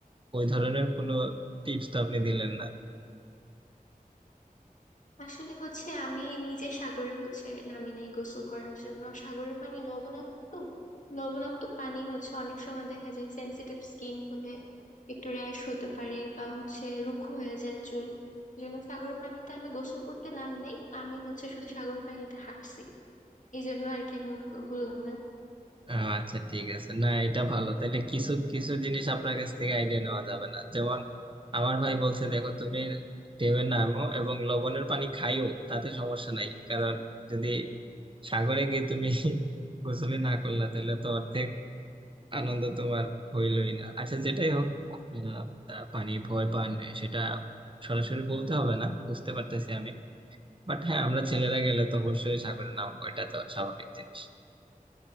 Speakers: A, on the right; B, on the left.
A: ওই ধরনের কোনো টিপস তো আপনি দিলেন না
B: আসলে হচ্ছে আমি নিজে সাগরে হচ্ছে নামি নাই গোসল করার জন্য সাগরের পানি লবণাক্ত লবণাক্ত পানি হচ্ছে অনেক সময় দেখা যায় সেনসিটিভ স্কিন হলে একটু র্যাশ হতে পারে বা হচ্ছে রুক্ষ হয়ে যায় চুল এই জন্য সাগরের পানিতে আমি গোসল করতে নামি নাই আমি হচ্ছে শুধু সাগরের পানিতে হাঁটছি এই জন্য আর কি আমি ভু- ভুললাম না
A: আহ, আচ্ছা ঠিক আছে না এটা ভালো তাহলে কিছু কিছু জিনিস আপনার কাছ থেকে আইডিয়া নেওয়া যাবে না যেমন আমার ভাই বলছে দেখো তুমি ঢেউয়ে নামো এবং লবণের পানি খাইও তাতে সমস্যা নাই কারণ যদি সাগরে গিয়ে তুমি <laughs> গোসলই না করলা তাহলে তো অর্ধেক আনন্দ তোমার হইলই না আচ্ছা যেটাই হোক আপনারা তা পানি ভয় পান এ, সেটা সরাসরি বলতে হবে না বুঝতে পারতেছি আমি বাট হ্যাঁ আমরা ছেলেরা গেলে তো অবশ্যই সাগরে নামবো এটা তো স্বাভাবিক জিনিস